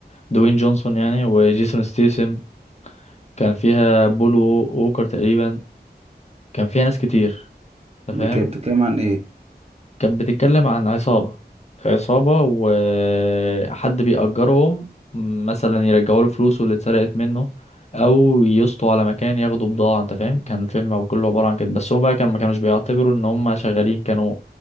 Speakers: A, on the left; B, on the right.
A: دوين جونسون يعني وجيسون ستيسم كان فيها بول ووكر تقريبا كان فيها ناس كتير انت
B: دي
A: فاهم
B: كانت بتتكلم عن ايه
A: كانت بتتكلم عن عصابة عصابة وحد بيأجرهم مثلا يرجعوا له فلوسه اللي اتسرقت منه او يسطوا على مكان ياخدوا بضاعة انت فاهم كان الفيلم كله عبارة عن كده بس هم بقى كان ما كانوش بيعتبروا ان هم شغالين كانوا